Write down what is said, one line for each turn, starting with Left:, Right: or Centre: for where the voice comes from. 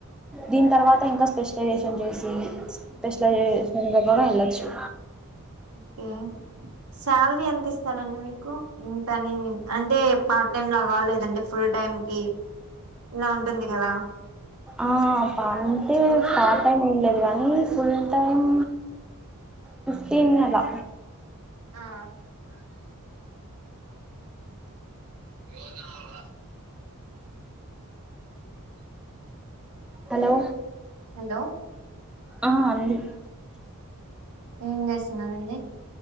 Centre: దీని తర్వాత ఇంకా స్పెషలైజేషన్ చేసి స్. పేషలైజేషన్ దగ్గర ఎలాచ్చూ.
Right: ఓకే శాలరీ ఎంత ఇస్తారండి మీకు, ఇంతాని అంటే. పార్ట్ టైమ్ లాగా లేదంటే ఫుల్ టైమ్. కి ఇలా ఉంటుంది కదా
Centre: ఆ పంటే పార్ట్ టైమ్ ఏంలేదు గానీ. నీ ఫుల్. టైమ్. ఫిఫ్టీన్ అలా.
Right: ఆ. ఎవర్ర అవా.
Centre: హలో.
Right: హలో.
Centre: ఆ అండి.
Right: ఏం చేస్తున్నారండి.